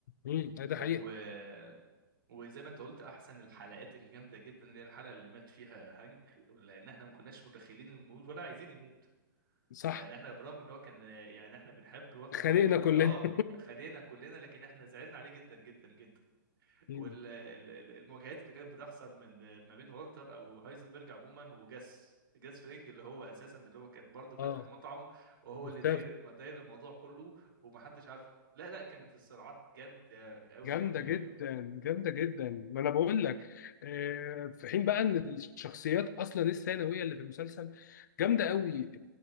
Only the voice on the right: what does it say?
و...
وزي ما انت قلت احسن الحلقات الجامده جدا اللي هي الحلقه اللي مات فيها هانك لان احنا ما كناش متخيلين انه يموت ولا عايزين يموت
يعني احنا برغم ان هو كان يعني احنا بنحب والتر
وايت واه
خلينا كلنا لكن احنا زعلنا عليه جدا جدا جدا
والمواجهات اللي كانت بتحصل من ما بين والتر او هايزنبرج عموما وجاس جاس فرينج اللي هو اساسا اللي هو كان برضه فاتح
مطعم وهو
اللي داير الم- داير الموضوع كله ومحدش عارف لا لا كانت الصراعات جامده قوي
قوي
قوي